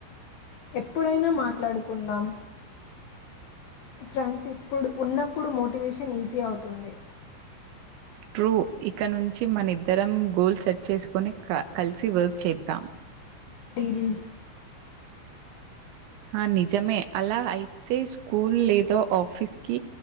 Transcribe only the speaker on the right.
ట్రూ ఇక నున్ చి మనిద్దరం గోల్ సెట్ చేసుకొని కలిసి వర్క్ చేద్దాం
ఆ నిజమే అలా అయితే స్కూల్ లేదో ఆఫీస్ కి